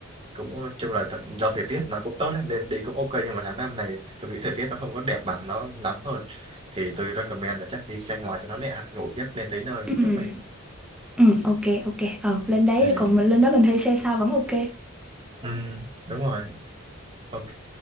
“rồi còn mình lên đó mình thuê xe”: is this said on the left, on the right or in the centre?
Centre